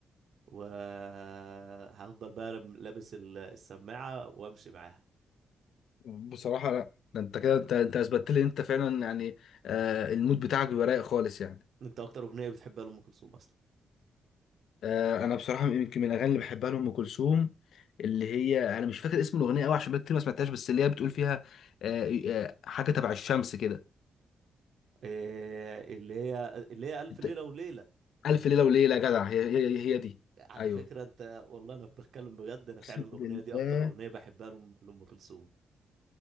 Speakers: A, on the right; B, on the left.
A: وهفضل بقى لابس ال- السماعه وامشي معاها
B: بصراحه لا ده انت كده انت انت اثبتت لي ان انت فعلا يعني آه، المود بتاعك بيبقى رايق خالص يعني
A: انت اكتر اغنيه بتحبها لام كلثوم اصلا
B: آه، انا بصراحه يمكن من الاغاني اللي بحبها لام كلثوم اللي هي انا مش فاكر اسم الاغنيه قوي عشان بقى كتير ما سمعتهاش بس اللي هي بتقول فيها آه، آه، حاجه تبع الشمس كده
A: إيه اللي هي اللي هي الف
B: أنت-
A: ليله وليله
B: الف ليله وليله يا جدع هي هي هي دي
A: على
B: ايوه
A: فكره انت والله انا بتكلم بجد انا فعلا
B: اقسم
A: الاغنيه
B: بالله
A: دي اكتر اغنيه بحبها لام لأم كلثوم